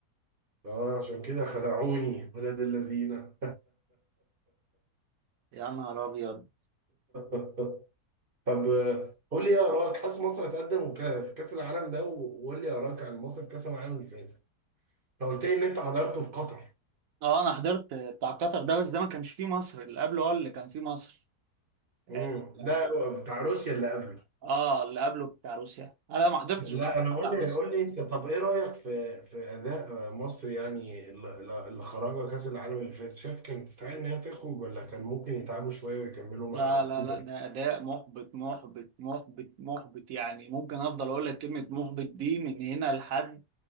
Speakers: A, on the right; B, on the right.
A: اه عشان كده خدعوني ولاد اللذينه
B: يا نهار ابيض
A: <laughs> طب آه، قول لي ايه اراك حاسس مصر هتقدم وك- في كاس العالم ده و- وقول لي اراك عن مصر في كاس العالم اللي فاتت انت قلت لي ان انت حضرته في قطر
B: اه انا حضرت بتاع قطر ده بس ده ما كانش فيه مصر اللي قبله هو اللي كان فيه مصر اه
A: امم لا
B: آه،
A: بتاع روسيا اللي قبله
B: آه، اللي قبله بتاع روسيا انا ما حضرتش
A: لا
B: بصراحه
A: انا
B: بتاع
A: قول لي
B: روسيا
A: قول لي انت طب ايه رايك في في اداء آه، مصر يعني اللي اللي خرجها كاس العالم اللي فاتت شايف كانت تستحق ان هي تخرج ولا كان ممكن يتعبوا شويه ويكملوا مع
B: لا لا
A: كوبر
B: لا ده اداء محبط محبط محبط محبط يعني ممكن افضل اقول لك كلمه محبط دي من هنا لحد